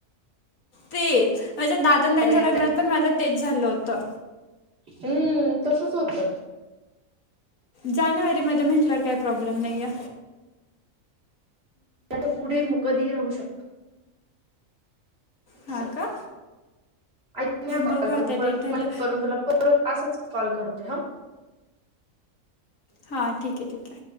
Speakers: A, on the left (about 75°); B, on the right (about 45°).
A: तेच. माझ्या दादान त्यांच्या
B: येतात
A: लग्नात पण, माझं तेच झालं होतं.
B: हम्म, तसच होत.
A: जानेवारीमध्ये म्हंटल्यावर काही प्रॉब्लेम नाहीये.
B: त्याच्या पुढे म कधी राहू शकत.
A: हां
B: असं.
A: का
B: ऐक ना, हा
A: बघू
B: कॉल
A: आता
B: कट
A: डेट ठरलं
B: करून तुला परत परत असाच कॉल करते ह.
A: हा. ठीके ठीके.